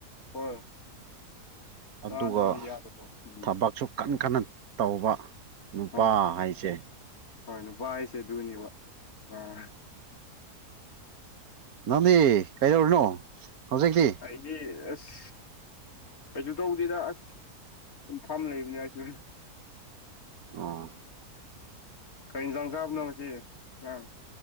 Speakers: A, on the left; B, on the right.
A: ꯍꯣꯏ
B: ꯑꯗꯨꯒ
A: ꯆꯥꯗ꯭ꯔꯗꯤ ꯌꯥꯗꯕ ꯎꯝ
B: ꯊꯕꯛꯁꯨ ꯀꯟꯅ ꯀꯟꯅ ꯇꯧꯕ ꯅꯨꯄꯥ
A: ꯑꯥ
B: ꯍꯥꯏꯁꯦ
A: ꯍꯣꯏ ꯅꯨꯄꯥ ꯍꯥꯏꯁꯦ ꯑꯗꯨꯅꯦꯕ ꯑꯥ
B: ꯅꯃꯤ ꯀꯩꯗꯧꯔꯤꯅꯣ ꯍꯧꯖꯤꯛꯇꯤ
A: ꯑꯩꯗꯤ ꯑꯁ ꯀꯩꯁꯨ ꯇꯧꯗꯦꯗ ꯑꯁ ꯁꯝ ꯐꯥꯝ ꯂꯩꯕꯅꯤ ꯑꯩꯁꯨ
B: ꯑꯥ
A: ꯀꯔꯤ ꯏꯟꯁꯥꯡ ꯆꯥꯕꯅꯣ ꯉ ꯑꯪ